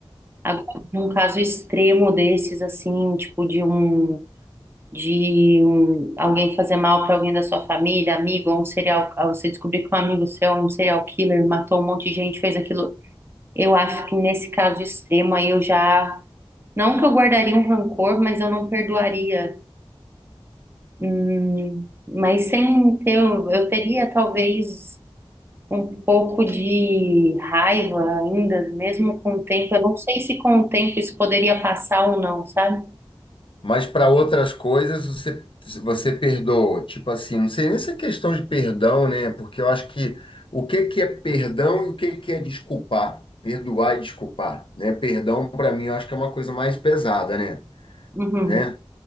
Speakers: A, on the right (about 25°); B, on the left (about 60°).
A: Agora, num caso extremo desses, assim, tipo de um. de um- alguém fazer mal para alguém da sua família, amigo, ou um serial, ou você descobrir que um amigo seu é um serial killer, matou um monte de gente, fez aquilo. Eu acho que nesse caso extremo aí eu já, não que eu guardaria um rancor, mas eu não perdoaria. Hum, mas sem ter, eu teria talvez um pouco de raiva ainda, mesmo com o tempo. Eu não sei se com o tempo isso poderia passar ou não, sabe?
B: Mas para outras coisas você, você perdoa. Tipo assim, não sei nem se é questão de perdão, né? Porque eu acho que o que que é perdão e o que que é desculpar, perdoar e desculpar, né? Perdão para mim eu acho que é uma coisa mais pesada, né?
A: Uhum.
B: Né?